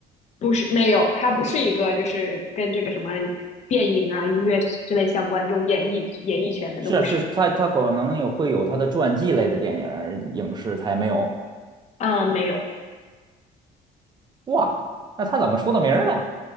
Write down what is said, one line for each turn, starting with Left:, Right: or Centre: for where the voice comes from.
Left: 不是，没有，它不是一个就是跟这个什么电影啊、音乐之类相关这种演艺演艺圈的都不是。
Right: 是啊是，他他可能有会有他的传记类的电影儿影视，他也没有。
Left: 啊，没有。
Right: 哇，那他怎么出的名儿呢？